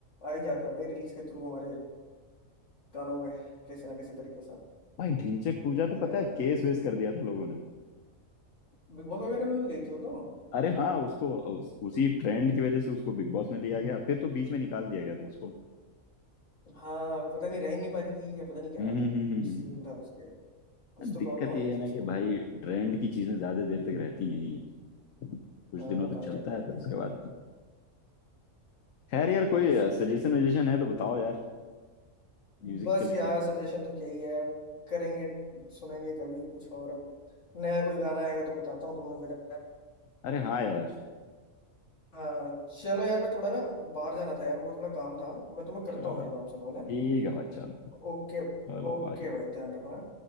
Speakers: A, on the left; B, on the left.
A: आ ही जाता है भाई रील्स के थ्रू हमारे कानों में कैसे ना कैसे तरीके से
B: भाई ढिंचैक पूजा
A: करना
B: पे पता
A: ही पड़ता
B: है केस
A: है
B: वेस कर दिया था लोगों ने
A: बिग बॉस वगैरह में भी गई थी वो तो
B: अरे हाँ उसको उस, उसी ट्रेंड की वजह से उसको बिग बॉस में लिया गया फिर तो बीच में निकाल दिया गया था उसको
A: हाँ पता नहीं रह ही नहीं पा रही थी या पता नहीं क्या
B: हम्म हम्म हम्म हम्म।
A: सीन
B: हम्म।
A: था उसके कुछ
B: दिक्कत
A: तो प्रॉब्लम आ
B: ये
A: रही
B: है
A: थी
B: ना
A: उसको
B: कि
A: भी
B: भाई ट्रेंड की चीजें ज्यादा देर तक रहती नहीं है कुछ
A: हाँ
B: दिनों तक
A: कहाँ
B: चलता
A: ही रह पाते
B: है फिर उसके
A: हैं यार
B: बाद खैर
A: हम्म,
B: यार कोई
A: ऐसे ही
B: सजेशन
A: है
B: वजेशन है तो बताओ यार म्यूजिक
A: बस
B: के लेके
A: यार सजेशन तो क्या ही है अब करेंगे सुनेंगे कभी कुछ और अब नया कोई गाना आएगा तो बताता हूँ तुम्हें फिर
B: अरे हाँ यार
A: हाँ चलो यार मैं थोड़ा ना बाहर जाना था यार मेरे को थोड़ा काम था मैं तुम्हें करता
B: चलो
A: हूँ फिर काम से कॉल है
B: ठीक है भाई चलो
A: ओके
B: चलो
A: ओके
B: बाय
A: भाई ध्यान रखो है